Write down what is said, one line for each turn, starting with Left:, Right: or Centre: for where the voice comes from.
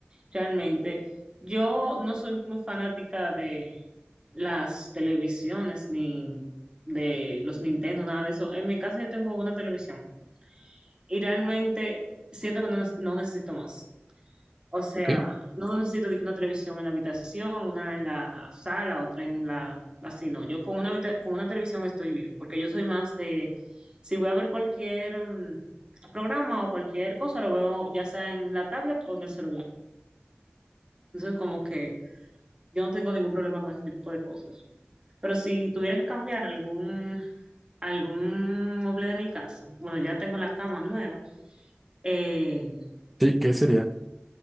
Right: Realmente, yo no soy muy fanática de las televisiones ni de los Nintendo, nada de eso. En mi casa yo tengo una televisión y realmente siento que no, ne- no necesito más. O sea,
Centre: ¿Ok?
Right: no necesito de que una televisión en la habitación, una en la sala, otra en la... Así no, yo con una, habita- con una televisión estoy bien, porque yo soy más de... Si voy a ver cualquier mm, programa o cualquier cosa, lo veo ya sea en la tablet o en el celular. Entonces, como que... Yo no tengo ningún problema con ese tipo de cosas. Pero si tuviera que cambiar algún, algún mueble de mi casa, bueno, ya tengo la cama nueva, eh,
Centre: Sí, ¿qué sería?